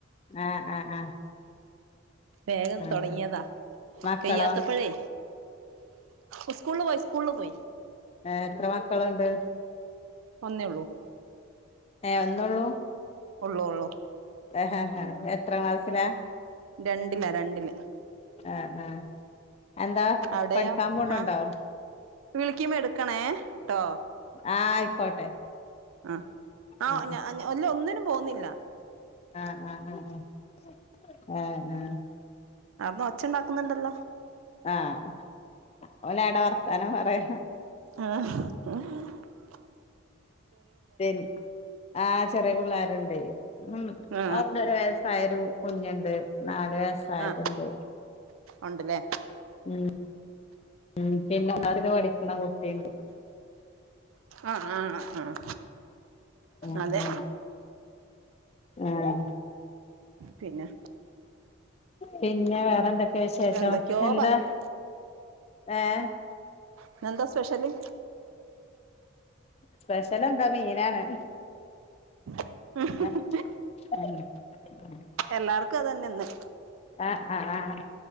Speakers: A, on the left; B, on the right.
A: ആഹ് ആഹ് ആഹ്
B: വേഗം
A: ആഹ്
B: തൊടങ്ങിയതാ
A: മക്കളോ
B: പെയ്യാത്തപ്പഴേ. ഉസ്കൂള് പോയി ഉസ്കൂള് പോയി.
A: ഏഹ് എത്ര മക്കള്ണ്ട്?
B: ഒന്നേള്ളൂ
A: ഏഹ് ഒന്നള്ളൂ?
B: ഒള്ളൂ ഒള്ളൂ
A: ഏഹ് ഏഹ് എത്രാം ക്ലാസ്സില?
B: രണ്ട്ലാ രണ്ട്ല്
A: ആഹ് ആഹ് എന്താ?
B: അവിടെയോ
A: പഠിക്കാൻ പോണുണ്ടോ
B: ആഹ് വിളിക്കുമ്പോ എടുക്കണേ ട്ടോ
A: ആഹ് ആയിക്കോട്ടെ
B: ആഹ് ആഹ്
A: ആ
B: ഞാ ഇല്ല ഒന്നിനും പോകുന്നില്ല
A: ആഹ് ആഹ് ആഹ് ആഹ് ആഹ് ആഹ്
B: ആട്ന്ന് ഒച്ച ഒണ്ടാക്കുന്നുണ്ടല്ലോ
A: ആഹ് ഓലാടെ വർത്താനം പറയ
B: ആഹ് <unintelligible>
A: ഇൻ ആഹ് ചെറിയ പിള്ളേര്ണ്ടേ. ഒന്ന്
B: ആ
A: ഒന്നരവ തായൊരു കുഞ്ഞ്ണ്ട് നാല് വയസായത്ണ്ട്.
B: ആ ഉണ്ടല്ലേ
A: ഉം ഉം പിന്നെ ഒന്നാക്ലാസ്സില് പഠിക്ക്ണ കുട്ടീണ്ട്.
B: ആഹ് ആഹ്. ആഹ്
A: ഉം
B: അതെ.
A: ഉം ആഹ്.
B: പിന്നെ
A: പിന്നെ വേറെന്തെ ക്കെ ശേഷം,
B: എന്തൊക്കെയോ
A: എന്താ?
B: പറയും
A: ഏഹ്
B: ഇന്നെന്താ സ്പെഷ്യല്?
A: സ്പെഷ്യലെന്താ മീനാണ്?
B: ഉം.
A: <unintelligible>
B: എല്ലാർക്കും അതന്നെ ഇന്ന്.
A: ആഹ് ആഹ് ആഹ്,